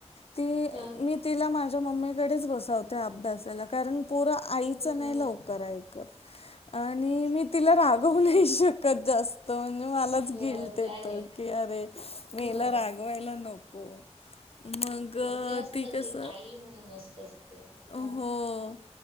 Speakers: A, on the left; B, on the right.
A: ती
B: हा
A: मी तिला माझ्या मम्मीकडेच बसवते. अभ्यासाला कारण पोरं आईच
B: ह
A: नाही
B: ह
A: लवकर
B: ह
A: ऐकत आणि मी तिला रागावू
B: ते
A: नाही शकत जास्त म्हणजे मलाच
B: हो
A: गिल्ट
B: ते
A: येत
B: आहे
A: की अरे मी
B: हो
A: हिला रागवायला नको. मग अ,
B: हो ते असतच
A: ती कसं
B: एक आई म्हणून असत ते
A: हो.
B: हा